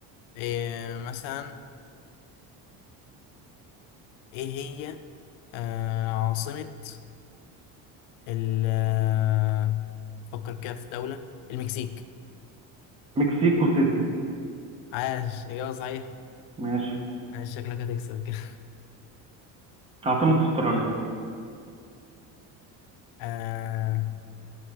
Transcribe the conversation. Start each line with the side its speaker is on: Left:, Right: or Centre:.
Left: إيه مثلا ايه هي آه عاصمة ال آه، فكر كده في دولة المكسيك
Right: مكسيكو سيتي
Left: عاش إجابة صحيح
Right: ماشي
Left: عاش شكلك هتكسب كده
Right: عاصمة استراليا
Left: <laughs> آه